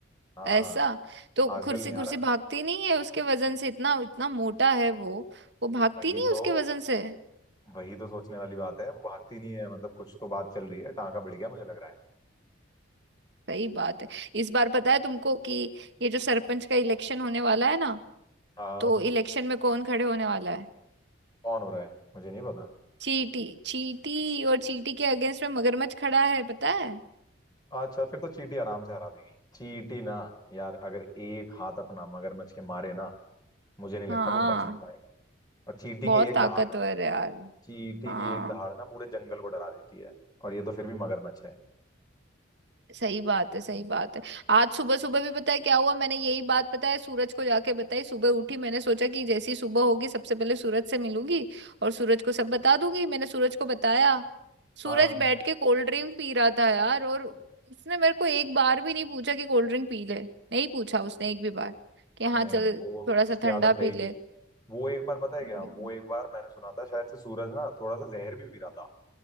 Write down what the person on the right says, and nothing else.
ऐसा तो
कुर्सी
कुर्सी
भागती
नहीं है उसके वजन से इतना इतना मोटा है वो वो भागती
नहीं है
उसके वजन से
सही बात है इस बार पता है तुमको कि ये जो सरपंच का इलेक्शन होने वाला है ना
तो इलेक्शन में कौन खड़े होने वाला है
चींटी चींटी और चींटी के अगेंस्ट में मगरमच्छ खड़ा है पता है
हाँ
बहुत
ताकतवर
है यार
हाँ
सही बात है सही बात है आज सुबह सुबह भी पता है क्या हुआ मैंने यही बात पता है सूरज को जाके बताई सुबह उठी मैंने सोचा कि जैसी सुबह होगी सबसे पहले सूरज से मिलूंगी और सूरज को सब बता दूंगी मैंने सूरज को बताया सूरज
बैठ के कोल्ड ड्रिंक पी रहा था यार और उसने मेरे को एक बार भी नहीं पूछा कि कोल्ड ड्रिंक पी ले नहीं पूछा उसने एक भी बार कि हाँ
चल
थोड़ा सा
ठंडा
पी
ले
हम्म